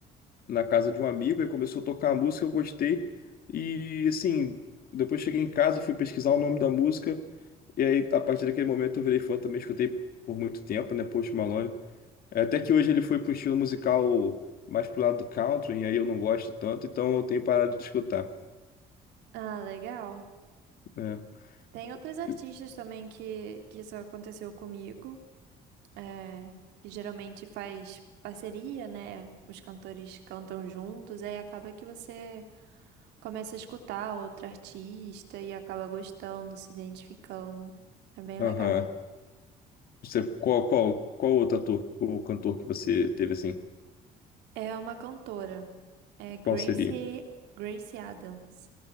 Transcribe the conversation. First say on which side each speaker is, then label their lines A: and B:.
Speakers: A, on the left (about 60°); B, on the right (about 85°).
A: na casa de um amigo, e começou a tocar a música, eu gostei, e assim, depois cheguei em casa, fui pesquisar o nome da música, e aí, a partir daquele momento, eu virei fã também, escutei por muito tempo, né, Post Malone. É, Até que hoje ele foi para um estilo musical mais pro lado do country, e aí eu não gosto tanto, então eu tenho parado de escutar,
B: Ah, legal.
A: né?
B: Tem outros artistas
A: E-
B: também que, que isso aconteceu comigo, é, que geralmente faz parceria, né? Os cantores cantam juntos, aí acaba que você Começa a escutar outro artista e acaba gostando, se identificando. É bem legal.
A: Aham. Você, qual, qual, qual outro ator ou cantor que você teve assim?
B: É uma cantora. É Gracie,
A: Qual seria?
B: Gracie Adams.